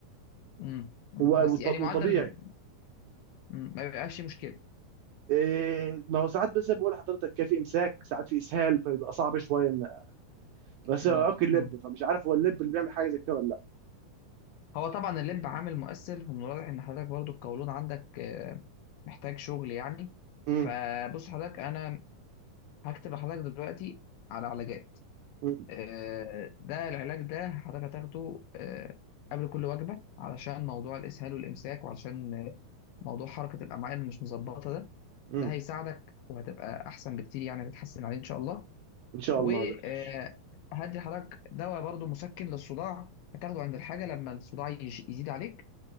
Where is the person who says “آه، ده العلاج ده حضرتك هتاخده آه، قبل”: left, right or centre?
Left